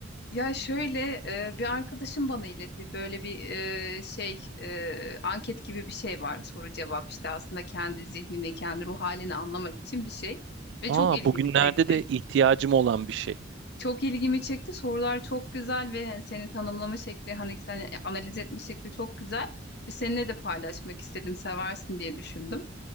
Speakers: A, on the left; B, on the right.
A: Ya şöyle e, bir arkadaşım bana iletti. Böyle bir e, şey e, anket gibi bir şey var. Soru cevap işte aslında kendi zihnini, kendi ruh halini anlamak için bir şey. Ve
B: Aa,
A: çok ilgimi
B: bugünlerde
A: çekti.
B: de ihtiyacım olan bir şey.
A: Çok ilgimi çekti. Sorular çok güzel ve hani seni tanımlama şekli, hani seni analiz etme şekli çok güzel. Bir seninle de paylaşmak istedim, seversin diye düşündüm.